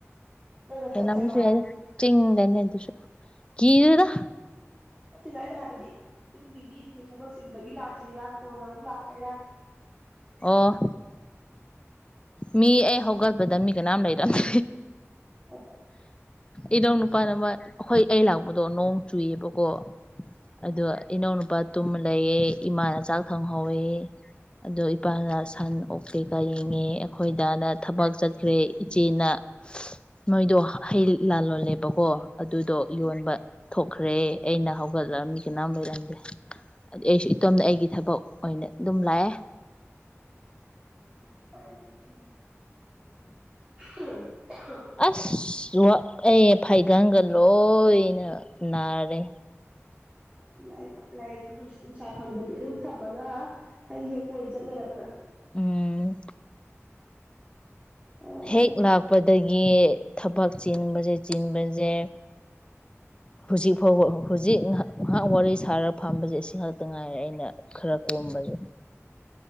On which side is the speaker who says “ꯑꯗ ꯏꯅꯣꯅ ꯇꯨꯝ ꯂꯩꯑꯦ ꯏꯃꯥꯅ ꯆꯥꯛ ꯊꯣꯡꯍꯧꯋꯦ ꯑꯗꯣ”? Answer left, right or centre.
Left